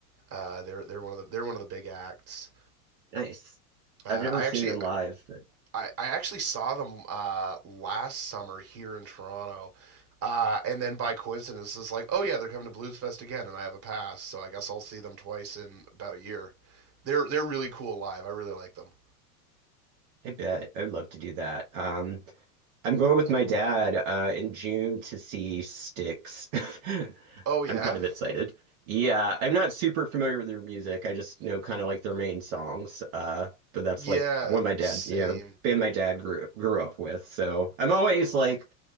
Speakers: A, on the right; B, on the right.
A: Uh, they're they're one of the they're one of the big acts.
B: Nice.
A: Uh,
B: I've never
A: I
B: seen
A: actually
B: them live, but
A: I, I actually saw them uh, last summer here in Toronto, uh, and then by coincidence it's like oh yeah they're coming to Blues Fest again and I have a pass so I guess I'll see them twice in about a year. They're they're really cool live. I really like them.
B: I bet I would love to do that. Um, I'm going with my dad uh, in June to see Styx. <laughs>
A: Oh yeah,
B: I'm kind of excited. Yeah, I'm not super familiar with their music. I just know kind of like their main songs. Uh, but that's
A: yeah,
B: like one my dad,
A: same.
B: you know, band my dad grew grew up with. So I'm always like,